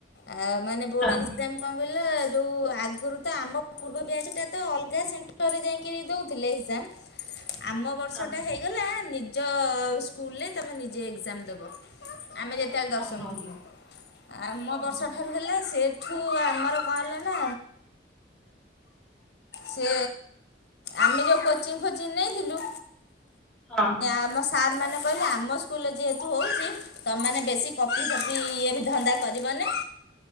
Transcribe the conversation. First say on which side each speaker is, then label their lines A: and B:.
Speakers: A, on the left; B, in the centre.
A: ଏଁ ମାନେ ବୋର୍ଡ
B: ହଁ
A: ଏକଜାମ କଣ କହିଲେ ହେଲେ ଯଉ ଆଗରୁ ତ ଆମ ପୂର୍ବ ବ୍ୟାଚ ଟା ତ ଅଲଗା ସେଣ୍ଟରରେ ଯାଇକି ଦେଉଥିଲେ ଏକଜାମ ଆମ ବର୍ଷଟା
B: ହଁ
A: ହେଇଗଲା ନିଜ ସ୍କୁଲରେ ତମେ ନିଜେ ଏକଜାମ ଦେବ। ଆମେ ଯେତେବେଳେ ଦଶମ
B: ଓହୋ
A: ଥିଲୁ ଆମୋ
B: ଓହୋ
A: ବର୍ଷଠାରୁ ହେଲେ ସେ ଠୁ ଆମର କଣ ହେଲା ନା ସେ ଆମେ ଯଉଁ କୋଚିଂ ଫୋଚିଂ ନେଇଥିଲୁ
B: ହଁ
A: ଆମ ସାର୍ ମାନେ କହିଲେ ଆମ ସ୍କୁଲରେ ଯେହେତୁ ହଉଚି ତମାନେ ବେଶୀ କପି ଫପି ଇଏ ବି ଧନ୍ଦା କରିବ ନାଇ।